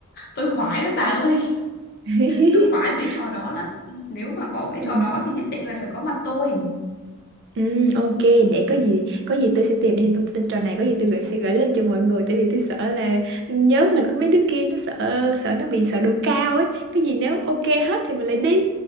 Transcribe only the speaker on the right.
<laughs>
Ừ.
Ừ, ok để có gì có gì tôi sẽ tìm thêm thông tin trò này có gì tôi gửi sẽ gửi lên cho mọi người tại vì tôi sợ là nhớ mình có mấy đứa kia nó sợ sợ nó bị sợ độ cao
ấy cái gì nếu ok hết thì mình lại đi